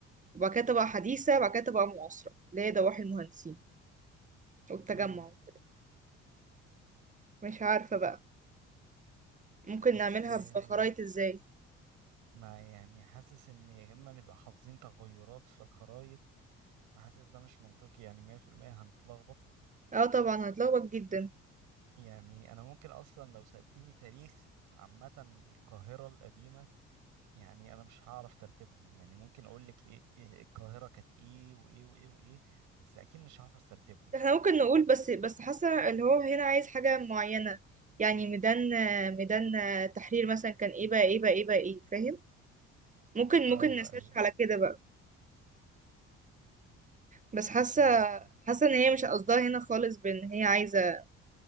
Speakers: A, on the right; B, on the right.
A: وبعد كده طبقة حديثة بعد كده طبقة معاصرة اللي هي ضواحي المهندسين والتجمع
B: امم
A: وكده. مش عارفة بقى ممكن
B: بس
A: نعملها
B: آه،
A: بخرايط ازاي
B: ما يعني حاسس ان يا اما نبقى حافظين تغيرات في الخرايط وحاسس ده مش منطقي يعني 100% هنتلخبط
A: اه طبعا هتلخبط جدا
B: يعني انا ممكن اصلا لو سألتيني تاريخ عامة القاهرة القديمة يعني انا مش هعرف ترتيبهم يعني ممكن اقول لك ايه إيه القاهرة كانت ايه وايه وايه وايه بس اكيد مش هحفظ ترتيبهم
A: احنا ممكن نقول بس بس حاسه اللي هو هنا عايز حاجه معينه يعني ميدان ميدان تحرير مثلا كان ايه بقى ايه بقى ايه بقى ايه فاهم ممكن
B: ايوه
A: ممكن نسيرش
B: ايوه
A: على كده بقى بس
B: مش
A: حاسه
B: عارف
A: حاسه ان هي مش قصدها هنا خالص بان هي عايزه